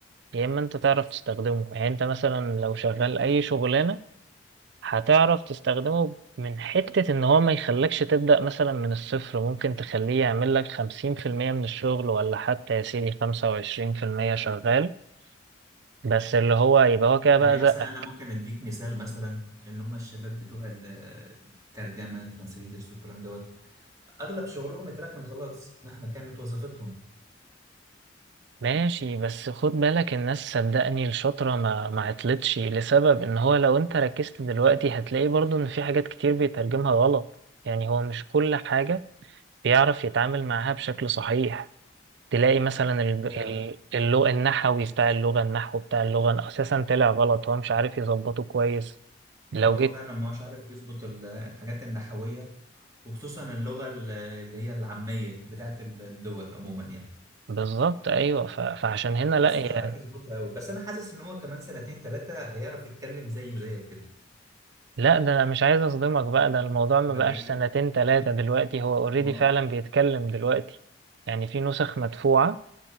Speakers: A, on the right; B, on the right.
A: يا اما انت تعرف تستخدمه يعني انت مثلا لو شغال اي شغلانة هتعرف تستخدمه من حتة ان هو ما يخلكش تبدأ مثلا من الصفر ممكن تخليه يعمل لك خمسين في المية من الشغل ولا حتى يا سيدي خمسة وعشرين في المية شغال بس اللي هو يبقى هو كده
B: يعني
A: بقى زقك
B: مثلا أنا ممكن أديك مثال مثلا اللي هم الشباب بتوع ال- الترجمة ترانسليترز والكلام دوت أغلب شغلهم اتركن خلاص مهما كانت وظيفتهم
A: ماشي بس خد بالك الناس صدقني الشاطرة ما ما عطلتش لسبب ان هو لو انت ركزت دلوقتي هتلاقي برضو ان في حاجات كتير بيترجمها غلط يعني هو مش كل حاجة بيعرف يتعامل معاها بشكل صحيح تلاقي مثلا ال-
B: ازاي بقى؟
A: ال- اللغة النحوي بتاع اللغة النحو بتاع اللغة أساسا طلع غلط هو مش عارف يظبطه كويس لو
B: آه، هو
A: جيت
B: فعلا ما هوش عارف يظبط ال- الحاجات النحوية وخصوصا اللغة ال- اللي هي العامية بتاعت الدول عموما يعني
A: بالظبط أيوه ف- فعشان هنا لا
B: لسه
A: يعني
B: مش عارف يظبطها قوي بس انا حاسس ان هو كمان سنتين ثلاثة هيعرف يتكلم زيي وزيك كده
A: لا ده أنا مش عايز أصدمك بقى ده الموضوع ما
B: ولا
A: بقاش
B: بعيدة
A: سنتين تلاتة دلوقتي هو أوريدي
B: ما
A: فعلا بيتكلم دلوقتي يعني في نسخ مدفوعة